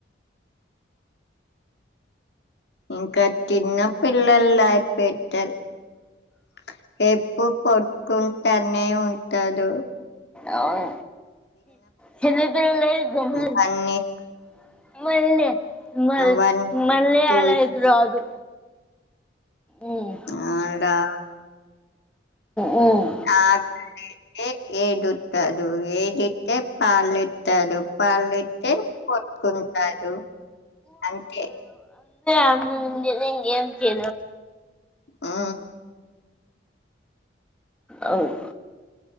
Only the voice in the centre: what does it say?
అవు చిన్నిపిల్లలు <unintelligible>
మళ్లీ మ
మళ్ళీ
అలా ఐతే రాదు మ్మ్
మ్మ్
ఎందు ఏమైంది
అవును